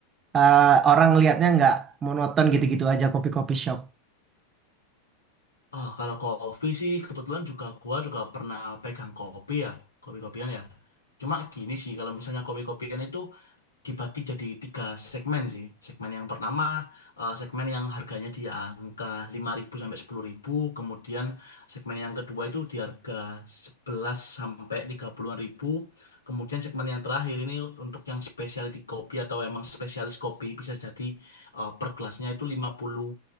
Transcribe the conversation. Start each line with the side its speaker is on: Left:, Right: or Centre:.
Right: eh, orang lihatnya nggak monoton gitu-gitu aja kopi-kopi shop.
Left: Ah, kalau kopi sih kebetulan juga gua juga pernah pegang kopi ya, kopi-kopian ya. Cuma gini sih, kalau misalnya kopi-kopian itu dibagi jadi tiga segmen sih. Segmen yang pertama, eh, segmen yang harganya di angka 5.000 sampai 10.000 kemudian segmen yang kedua itu di harga 11 sampai 30-an ribu. Kemudian segmen yang terakhir ini untuk yang specialty kopi atau emang spesialis kopi bisa jadi eh, per gelasnya itu 50